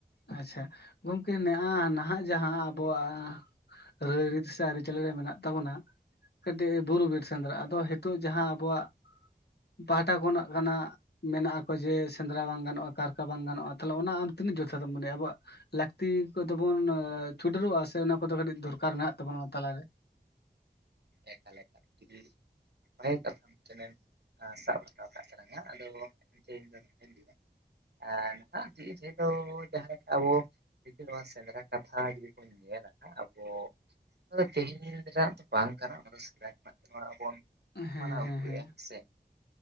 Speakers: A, on the left; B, on the right.
A: ᱟᱪᱪᱷᱟ ᱜᱚᱝᱠᱮ ᱱᱮᱦᱟᱜ ᱱᱟᱦᱟᱜ ᱡᱟᱦᱟᱸ ᱟᱵᱚᱣᱟᱜ ᱨᱟᱹᱭ ᱨᱤᱛ ᱥᱮ ᱟᱨᱤ ᱪᱟᱹᱞᱤ ᱨᱮ ᱢᱮᱱᱟᱜ ᱛᱟᱵᱚᱱᱟ ᱠᱟᱴᱤᱡ ᱵᱩᱨᱩ ᱵᱤᱨ ᱥᱮᱸᱫᱽᱨᱟ ᱟᱫᱚ ᱦᱤᱛᱚᱜ ᱡᱟᱦᱟᱸ ᱟᱵᱚᱣᱟᱜ ᱯᱟᱦᱟᱴᱟ ᱠᱷᱚᱱᱟᱜ ᱠᱟᱱᱟ ᱢᱮᱱᱟᱜ ᱠᱚ ᱡᱮ ᱥᱮᱸᱫᱽᱨᱟ ᱵᱟᱝ ᱜᱟᱱᱚᱜᱼᱟ ᱠᱟᱨᱠᱟ ᱵᱟᱝ ᱜᱟᱱᱚᱜᱼᱟ ᱛᱟᱦᱚᱞᱮ ᱚᱱᱟ ᱟᱢ ᱛᱤᱱᱟᱹᱜ ᱡᱚᱛᱷᱟᱛ ᱮᱢ ᱢᱚᱱᱮᱭᱼᱟ ᱟᱵᱚᱣᱟᱜ ᱞᱟᱹᱠᱛᱤ ᱠᱚᱫᱚ ᱵᱚᱱ ᱪᱩᱰᱟᱹᱨᱚᱜᱼᱟ ᱥᱮ ᱚᱱᱟ ᱠᱚᱫᱚ ᱠᱟᱹᱴᱤᱡ ᱫᱚᱨᱠᱟᱨ ᱢᱮᱱᱟᱜ ᱛᱟᱵᱚᱱᱟ ᱚᱱᱟ ᱛᱟᱞᱟᱨᱮ
B: ᱮᱠᱟᱞ ᱮᱠᱟᱞ ᱡᱩᱫᱤ ᱵᱷᱟᱜᱮ ᱠᱟᱛᱷᱟᱢ ᱢᱤᱫᱴᱟᱝ ᱮᱢ ᱥᱟᱵ ᱨᱟᱠᱟᱵ ᱠᱟᱜ ᱛᱟᱞᱟᱝᱟ ᱟᱫᱚ ᱤᱧ <unintelligible> ᱮ ᱱᱟᱦᱟᱜ ᱡᱤᱭᱤᱫ ᱡᱤᱭᱤ ᱫᱚ ᱡᱟᱦᱟ ᱞᱮᱠᱟ ᱟᱵᱚ ᱡᱩᱫᱤ ᱱᱚᱣᱟ ᱥᱮᱸᱫᱽᱨᱟ ᱠᱟᱛᱷᱟ ᱡᱩᱫᱤ ᱠᱚ ᱧᱮᱞᱟ ᱦᱟᱸᱜ ᱟᱵᱚ ᱱᱚᱣᱟ ᱫᱚ ᱛᱮᱦᱮᱧ ᱨᱮᱱᱟᱜ ᱫᱚ ᱵᱟᱝ ᱠᱟᱱᱟ ᱚᱱᱟ ᱫᱚ ᱥᱮᱫᱟᱭ ᱠᱷᱚᱱᱟᱜ ᱱᱚᱣᱟ ᱟᱵᱚᱱ
A: ᱦᱮᱸ
B: ᱢᱟᱱᱟᱣ ᱟᱜᱩᱭᱮᱜ-ᱟ
A: ᱦᱮᱸ ᱦᱮᱸ
B: ᱦᱮᱥᱮ